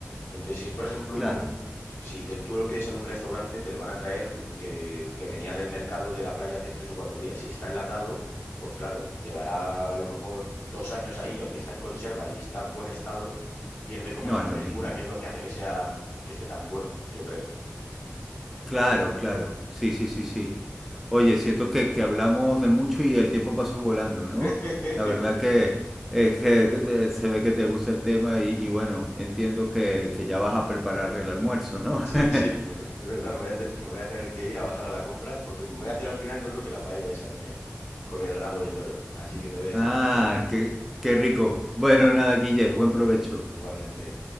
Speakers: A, on the left (about 55°); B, in the centre.
A: Entonces, si es, por ejemplo,
B: Claro,
A: un, si te- tú lo pides en un restaurante, te lo van a traer mm, que, que venía del mercado de la playa hace tres o cuatro días. Si está enlatado, pues claro, llevará a lo mejor dos años ahí y aunque está en conservas y está en buen estado, pierde como
B: no
A: esa
B: es
A: frescura
B: lo mismo.
A: que es lo que hace que sea, que esté tan bueno, yo creo.
B: Claro, claro. Sí, sí, sí, sí. Oye, siento que, que hablamos de mucho y el tiempo pasó volando,
A: <laughs>
B: ¿no? La verdad que es que eh, se ve que te gusta el tema y, y bueno, entiendo que, que ya vas a preparar el almuerzo, ¿no?
A: Sí, sí,
B: <laughs>
A: bueno, es verdad, me voy a, te- me voy a tener que ir a bajar a la compra porque me voy a hacer al final yo creo que la paella esa con el, con el rabo de toro. Así que te voy a dejar,
B: Ah,
A: Samuel,
B: qué, qué rico. Bueno, nada, Guille, buen provecho.
A: igualmente.